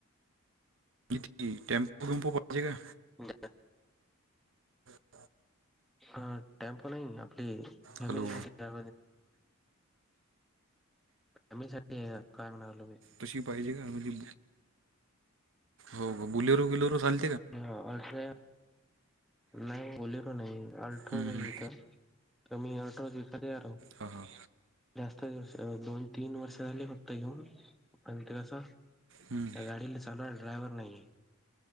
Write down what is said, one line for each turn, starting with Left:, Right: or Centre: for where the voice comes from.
Right: इती टेम्पो वेम्पो पाहिजे का
Centre: ब
Right: ह
Centre: ह टॅम्पो नाही आपली फॅमिली
Right: हॅलो
Centre: साठी जा आमी साठी का म्हणारल मी
Right: तशी पाहिजे का म्ह हो बुलेर गुलेर चाल
Centre: ह अल्ट्रा नाही बली र नाही अल्ट्रा
Right: हम्म, हम्म.
Centre: जाथ कमी आठ ज का दर
Right: हां हां
Centre: जास्त दोन तीन वर्ष झाले फक्त येऊन आणि ते कस
Right: हम्म,
Centre: गाडीला चालू ड्रायव्हर नाही